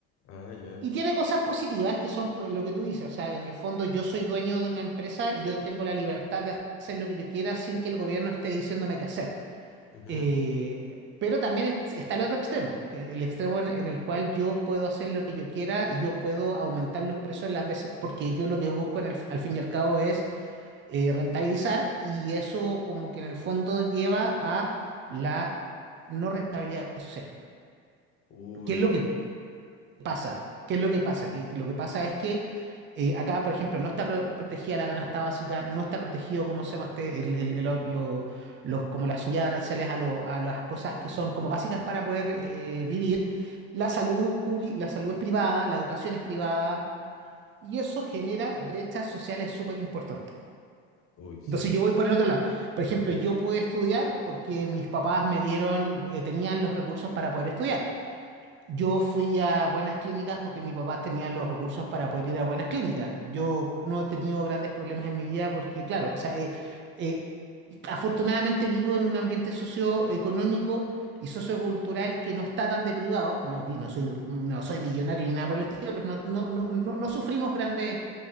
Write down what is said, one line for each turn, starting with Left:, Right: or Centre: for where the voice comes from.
Left: Ah, ya.
Right: Y tiene cosas positivas que son pues, lo que tú dices, o sea, en el fondo yo soy dueño de una empresa y yo tengo la libertad de hacer lo que yo quiera sin que el gobierno esté diciéndome qué hacer.
Left: Ujú.
Right: Eh, pero también es- está el otro extremo, que el extremo en, en el cual yo puedo hacer lo que yo quiera y yo puedo aumentar los precios las veces porque yo lo que busco en el- al fin y al cabo es eh, rentabilizar y eso como que en el fondo lleva a la no rentabilidad social.
Left: Uy,
Right: ¿Qué es lo que pasa? ¿Qué es lo que pasa? Que lo que pasa es que eh, acá, por ejemplo, no está pro- protegida la canasta básica, no está protegido, como se llama este, el- el- el o- lo- los, como la subida de aranceles a, lo- a las cosas que son como básicas para poder eh, vivir. La salud publi- la salud es privada, la educación es privada, y eso genera brechas sociales súper importantes.
Left: uy, sí.
Right: Entonces yo voy por el otro lado. Por ejemplo,
Left: Ujú.
Right: yo pude estudiar porque mis papás me dieron, eh, tenían los recursos para poder estudiar. Yo fui a buenas clínicas porque mi papá tenía los recursos para poder ir a buenas clínicas. Yo no he tenido grandes problemas en mi vida porque, claro, o sea, eh, eh, afortunadamente vivo en un ambiente socioeconómico y sociocultural que no está tan deprivado. No, vi, no soy, no soy millonario ni nada por el estilo, pero no, no, no, no, no sufrimos grandes